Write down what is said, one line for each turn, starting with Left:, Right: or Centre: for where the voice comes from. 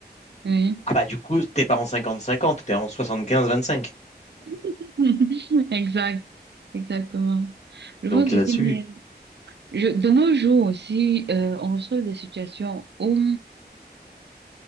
Right: Oui.
Left: Ah bah du coup, t'es pas en cinquante cinquante, t'es en soixante quinze vingt cinq.
Right: <laughs> Exact. Exactement. Je vois
Left: Donc
Right: ceci,
Left: là-dessus,
Right: mais je, de nos jours aussi, euh, on reçoit des situations où,